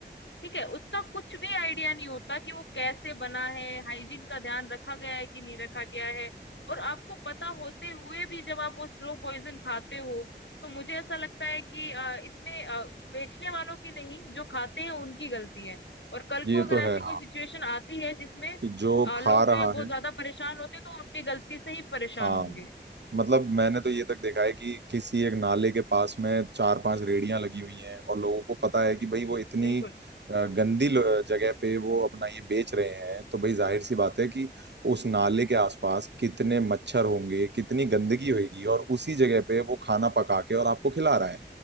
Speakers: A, on the left; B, on the right.
A: ठीक है उसका कुछ भी आइडिया नहीं होता कि वो कैसे बना है हाइजीन का ध्यान रखा गया है कि नहीं रखा गया है और आपको पता होते हुए भी जब आप वो स्लो पॉइजन खाते हो तो मुझे ऐसा लगता है कि अ, इसमें अ, बेचने वालों की नहीं जो खाते हैं उनकी गलती है और कल
B: ये
A: को अगर
B: तो
A: ऐसी
B: है
A: कोई
B: हाँ
A: सिचुएशन आती है जिसमें
B: कि जो
A: अ,
B: खा
A: लोग जो
B: रहा
A: है बहुत
B: है
A: ज्यादा परेशान होते हैं तो वो अपनी गलती से ही परेशान
B: हाँ
A: होंगे
B: मतलब मैंने तो ये तक देखा है कि किसी एक नाले के पास में चार पांच रेड़ियां लगी हुई हैं और लोगों को पता है कि भाई वो इतनी
A: बिल्कुल
B: अ, गंदी लो- जगह पे वो अपना ये बेच रहे हैं तो भाई जाहिर सी बात है कि उस नाले के आसपास कितने मच्छर होंगे कितनी गंदगी होगी और उसी जगह पे वो खाना पका के और आपको खिला रहा है